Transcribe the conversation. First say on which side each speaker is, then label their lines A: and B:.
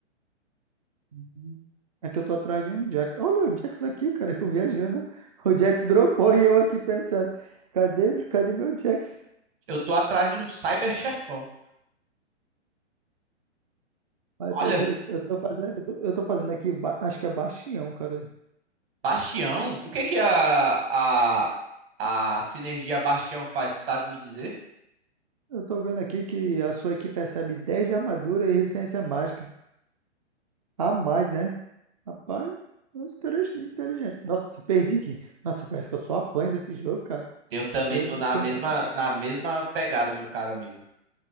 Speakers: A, on the right (about 35°); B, on the right (about 55°).
A: Uhum. É que eu tô atrás de um Jax. Olha o Jax aqui, cara, <laughs> eu viajando. O Jax dropou e eu aqui pensando, cadê, cadê meu Jax?
B: Eu tô atrás de um cyber chefão.
A: Mas
B: Olha,
A: eu tô aqui, eu tô fazendo, eu tô eu tô fazendo aqui, ba- acho que é Bastião, cara.
B: Bastião, o que que a, a, a sinergia Bastião faz? Tu sabe me dizer?
A: Eu tô vendo aqui que a sua equipe recebe 10 de armadura e resistência mágica. A mais, né? Rapaz, nossa, inteligente. inteligente. Nossa, perdi aqui. Nossa, parece que eu só apanho desse jogo, cara.
B: Eu também
A: Eu
B: tô na
A: tenho
B: mesma,
A: que.
B: na mesma pegada, meu caro amigo.